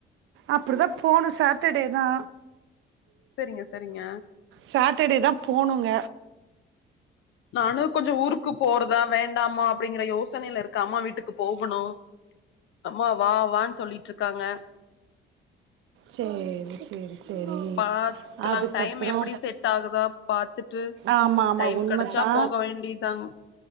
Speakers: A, on the right; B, on the left.
A: அப்டிதா போணு சாட்டர்டேதா
B: செரிங்க செரிங்க
A: சாட்டர்டேதா போணுங்க
B: நானு கொஞ்சோ ஊருக்கு போறதா வேண்டாமா அப்டிங்ற யோசனைல இருக்கே அம்மா வீட்டுக்கு போகணு அம்மா வா வான் சொல்லிட்ருக்காங்க
A: சேரி சேரி சேரி
B: பாக்கலா
A: அதுக்கப்றோ
B: டைம் எப்டி செட் ஆகுதா பாத்துட்டு
A: ஆமா ஆமா
B: டைம்
A: உண்மத்தா
B: கெடச்சா போக வேண்டிதாங்க